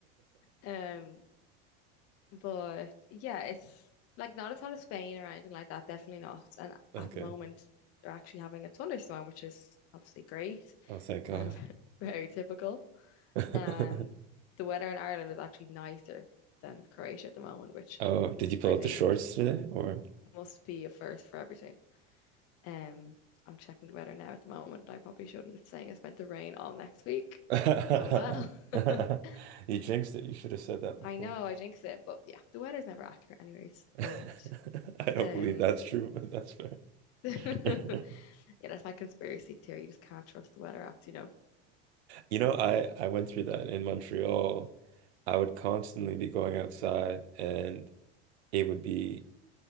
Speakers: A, on the left; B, on the right.
A: Um, but yeah, it's like not as hot as Spain or anything like that, definitely not. And
B: Okay.
A: at the moment, they're actually having a thunderstorm, which is obviously great
B: Oh, thank God.
A: and <laughs> very typical.
B: <laughs>
A: Um, the weather in Ireland is actually nicer than Croatia at the moment, which
B: Oh, did you pull
A: I
B: up
A: think
B: the shorts today or?
A: must be a first for everything. Um, I'm checking the weather now at the moment. I probably shouldn't. It's saying it's meant to rain all next week.
B: <laughs>
A: Oh well. <laughs>
B: You jinxed it. You should have said that before.
A: I know, I jinxed it, but yeah, the weather's never accurate anyways.
B: <laughs>
A: But
B: I don't
A: um
B: believe that's true, but that's fair.
A: <laughs>
B: <laughs>
A: yeah, that's my conspiracy theory. You just can't trust the weather apps, you know.
B: You know, I I went through that in Montreal. I would constantly be going outside and it would be